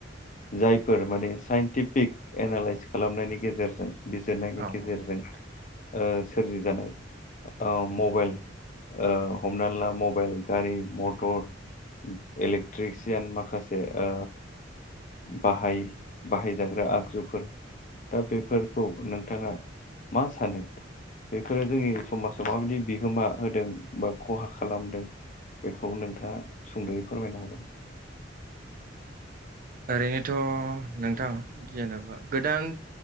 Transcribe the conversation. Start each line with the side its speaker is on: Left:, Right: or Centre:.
Left: जायफोर माने साइन्टिफिक एनालइस खालामनायनि गेजेरजों बिजिरनायनि
Right: औ
Left: गेजेरजों
Right: औ
Left: ओ सोरजि जानाय ओ मबाइल ओ हमना ला मबाइल गारि मटर इलेक्ट्रिसियान माखासे ओ बाहाय-बाहायजाग्रा आगजुफोर दा बेफोरखौ नोंथाङा मा सानो बेफोरो जोंनि समाजाव माबायदि बिहोमा होदों बा खहा खालामदों बेखौ नोंथाङा सुंद'यै फोरमायनो हागोन।
Right: ओरैनो थ' नोंथां जेनेबा गोदान